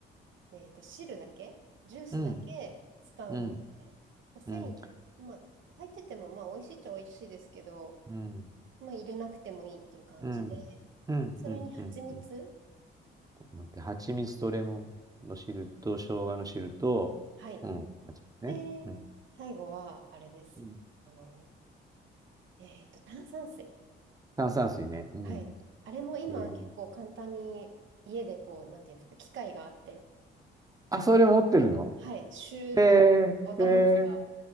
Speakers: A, on the right; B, on the right.
A: えっと、汁だけ、ジュースだけ使うんですね。
B: うん、うん、
A: まあ繊維、
B: うん、
A: まあ、入ってても、まあ、美味しいっちゃ美味しいですけど、
B: うん、
A: まあ、入れなくてもいいっていう感じで、
B: うん、うん、
A: それに蜂蜜、
B: うん、うん、うん、うん、ちょっと待って、蜂蜜とレモンの汁と、生姜の汁と、
A: はい。
B: うん、蜂蜜ね。
A: で、
B: うん、
A: 最後は、あれです。
B: うん。
A: あの、えっと、炭酸水。
B: 炭酸水ね。うん。
A: はい。あれも今、
B: えー、
A: 結構簡単に、家でこう、なんていうんですか、機械があって、
B: あ、それ持ってるの
A: はい、シューッと、
B: え
A: ボタンを押せば、
B: ー、え